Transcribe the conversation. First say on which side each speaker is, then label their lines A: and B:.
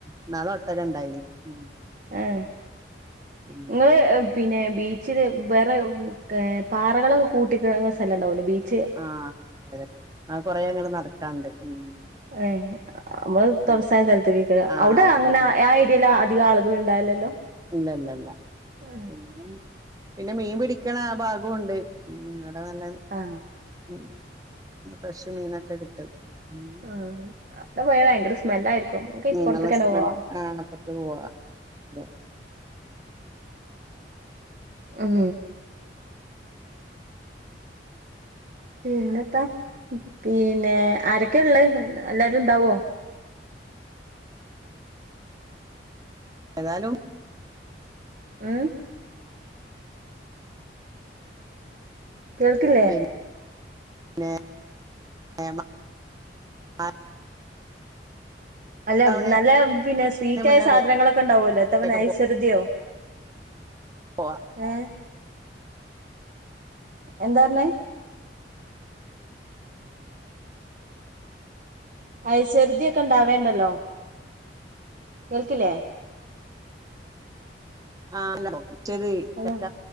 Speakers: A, on the right; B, on the right.
A: ഇനാളെ ഒട്ടക ഉണ്ടായിന്നു ഉം
B: ആഹ്
A: പിന്നെ
B: നിങ്ങള് പിന്നെ ബീച്ചില് വേറെ ഒക്കെ പാറകളൊക് കൂട്ടിക് സ്ഥലം ഉണ്ടാവല്ലേ ബീച്ച്
A: ആഹ് അതെ അതെ ആഹ് കൊറെ അങ്ങടെ നടക്കാണ്ട് ഉം ഉം
B: ഏയ് നമ്മള്
A: പിൻ
B: തുറസായ സ്ഥലത്തേക്കെക്ക്‌യാ
A: ആഹ്
B: അവിടെ അങ്ങനെ
A: അതെ
B: ആ ഏരിയൽ അധികം ആളുകൾ ഉണ്ടാവില്ലല്ലോ
A: ഇല്ലല്ലല്ല
B: ആഹ്
A: പിന്നെ പിന്നെ മീൻ പിടിക്കണ ആ ഭാഗം ഉണ്ട് അടെ നല്ലത്
B: ആഹ്
A: ഉം പിന്നെ ഫ്രഷ് മീനൊക്കെ കിട്ടും ഉം
B: ആഹ് അടെ പോയ ഭയങ്കര സ്മെല്ലായിരിക്കും നമുക്ക് ഇപ്പുറത്തേക്കന്നെ
A: നിങ്ങള് ഹസ്ബൻഡ്
B: പോവാ
A: ആണ് അപ്പത് പോവാ അതെ
B: ഉം പിന്നെന്താ പിന്നെ ആരൊക്കെയ ഉള്ളെ എല്ലാരും ഉണ്ടാവോ
A: ഏതാലും
B: ഉം കേൾക്കില്ലേ
A: പിന്നെ <inaudible>
B: അല്ല
A: ആവണേന്
B: നല്ല പിന്നെ സ്വീറ്റ്
A: മുന്നേ
B: ആയ സാധനങ്ങളൊക്കെ ഉണ്ടാവുല്ലോ എത്തപ
A: വേഗം
B: നൈസ് ചെറുതിയോ
A: പോവാ
B: ഏഹ് എന്താ പറഞ്ഞേ ഐസരുതി ഒക്കെ ഉണ്ടാവേണ്ടല്ലോ കേൾക്കില്ലേ
A: ആഹ് എലണ്ടോ മറ്റേത്
B: ഹലോ
A: ചക്ക